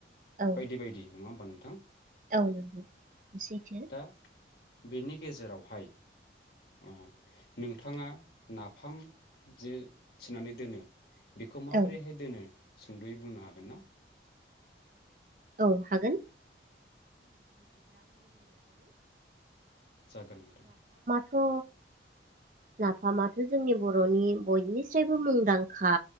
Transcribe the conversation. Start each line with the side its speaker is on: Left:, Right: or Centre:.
Right: औ
Left: बायदि बायदि नङा होमबा नोंथां?
Right: औ सैथो
Left: दा बेनि गेजेरावहाय अ नोंथाङा नाफाम जे थिनानै दोनो बेखौ माबोरैहाय
Right: औ
Left: दोनो सुंदयै बुंनो हागोन ना?
Right: औ हागोन
Left: जागोन नोंथां
Right: थ नाफामाथ जोंनि बरनि बयनिस्रायबो मुंदांखा